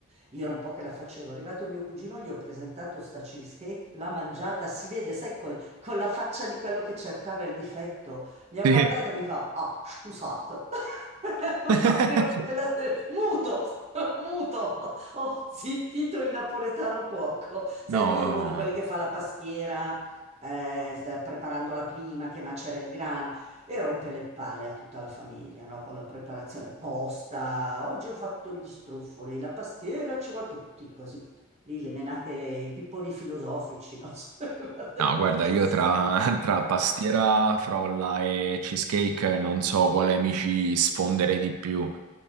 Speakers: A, on the right (about 30°); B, on the right (about 85°).
A: Io era un po' che la facevo. È arrivato mio cugino, gli ho presentato sta cheesecake, l'ha mangiata, si vede, sai, col- con la faccia di quello che cercava il difetto. Mi ha
B: Sì.
A: guardato e mi fa, ah, scusate. <laughs> <laughs>
B: <laughs>
A: Proprio della serie- muto, <laughs> muto, ho zittito il napoletano cuoco. Sai,
B: No,
A: lui è uno di quelli che fa la pastiera, eh, sta preparando la prima, che macera il grano e rompe le palle a tutta la famiglia, no? Con la preparazione posta. Oggi ho fatto gli struffoli, la pastiera ci vuole per tutti così. Lì le menate, i pipponi filosofici, no? <laughs> Guarda,
B: no, guarda,
A: fisse.
B: io tra,
A: <laughs>
B: tra pastiera, frolla e cheesecake non so quale mi ci sfondere di più.